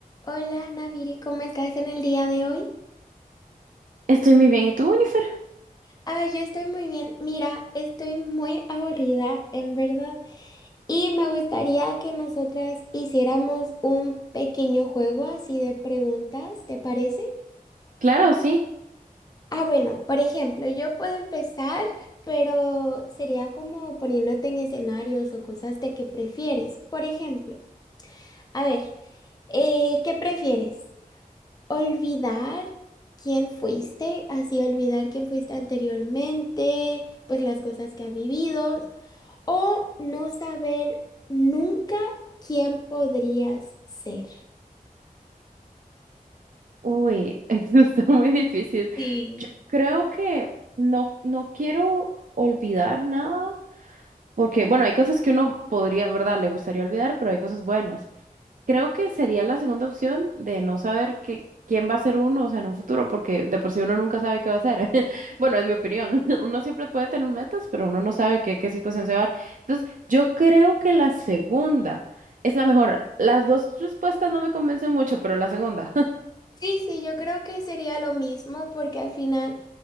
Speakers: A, on the left (about 25°); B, on the right (about 65°).
A: Hola, Naviri, ¿cómo estás en el día de hoy?
B: Estoy muy bien. ¿Y tú, Winifred?
A: Ah, yo estoy muy bien. Mira, estoy muy aburrida, en verdad. Y me gustaría que nosotras hiciéramos un pequeño juego así de preguntas, ¿te parece?
B: Claro, sí.
A: Ah, bueno, por ejemplo, yo puedo empezar, pero sería como poniéndote en escenarios o cosas de que prefieres. Por ejemplo, a ver, eh, ¿qué prefieres? Olvidar quién fuiste, así olvidar quién fuiste anteriormente, pues las cosas que ha vivido, o no saber nunca quién podrías ser.
B: Uy, <laughs> eso está muy difícil.
A: Sí,
B: Yo creo que no, no quiero olvidar nada, porque, bueno, hay cosas que uno podría, ¿verdad? Le gustaría olvidar, pero hay cosas buenas. Creo que sería la segunda opción de no saber que, quién va a ser uno, o sea, en un futuro, porque de por sí uno nunca sabe qué va a ser. <laughs> Bueno, es mi opinión. <laughs> Uno siempre puede tener metas, pero uno no sabe qué, qué situación se va a dar. Entonces, yo creo que la segunda es la mejor. Las dos respuestas no me convencen mucho, pero la segunda. <laughs>
A: Sí, sí, yo creo que sería lo mismo porque al final,